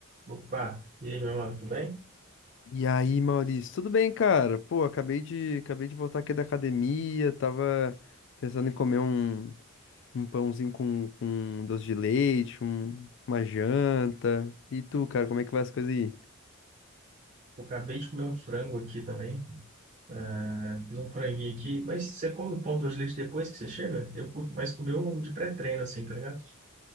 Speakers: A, on the right; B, on the left.
A: Opa, e aí, meu mano, tudo bem?
B: E aí, Maurício, tudo bem, cara? Pô, acabei de, acabei de voltar aqui da academia, tava pensando em comer um, um pãozinho com, com doce de leite, um- uma janta. E tu, cara, como é que vai as coisas aí?
A: Eu acabei de comer um frango aqui também. né? Fiz um franguinho aqui. Mas você come o pão de leite depois que você chega? Eu curto mais comer o de pré-treino, assim, tá ligado?